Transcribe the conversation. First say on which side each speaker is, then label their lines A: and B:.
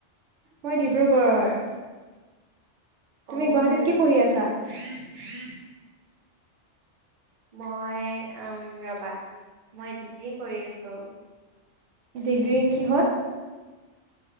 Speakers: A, on the right (about 75°); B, on the right (about 50°).
A: মই ডিব্ৰুগড়ৰ
B: অ'
A: তুমি গুৱাহাটীত কি পঢ়ি আছা?
B: <unintelligible> মই উ ৰবা মই ডিগ্ৰী কৰি আছো
A: ডিগ্ৰী কিহত